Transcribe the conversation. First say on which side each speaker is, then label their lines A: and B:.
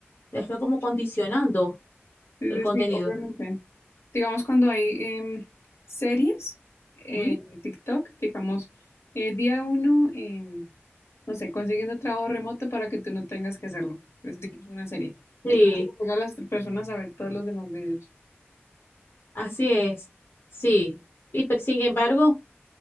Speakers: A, on the left; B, on the left.
A: te está como condicionando
B: Es
A: el
B: decir,
A: contenido.
B: obviamente, digamos cuando hay em, series en
A: ¿Mm?
B: TikTok, digamos, eh, día uno, em, no sé, consiguiendo trabajo remoto para que tú no tengas que hacerlo. Es digamos, una serie.
A: Sí,
B: Entonces, llega a las personas a ver todos los demás videos.
A: así es. Sí. Y, pero, sin embargo,